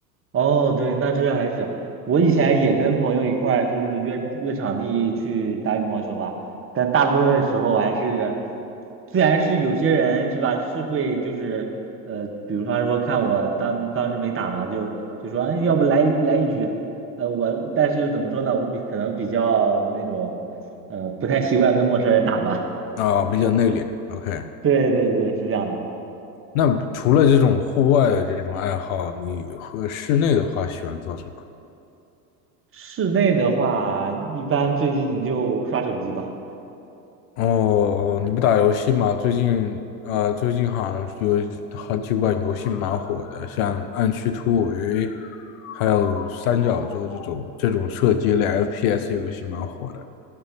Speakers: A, on the right; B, on the left.
A: 哦，对，那这还是我以前也跟朋友一块儿就是约约场地去打羽毛球吧，但大部分时候还是，自然是有些人是吧，是会就是呃，比如方说看我当当时没打嘛，就就说哎，要不来来一局，呃，我但是怎么说呢，我比可能比较那种呃不太习惯跟陌生人打吧，
B: 啊，比较内敛。OK，
A: <laughs> 对对对，是这样的。
B: 那除了这种户外的这种爱好，你和室内的话喜欢做什么？
A: 室内的话，一般最近就刷手机吧。
B: 哦，你不打游戏吗？最近，呃，最近好像有好几款游戏蛮火的，像《暗区突围》，还有《三角洲》这种这种射击类 FPS 游戏蛮火的。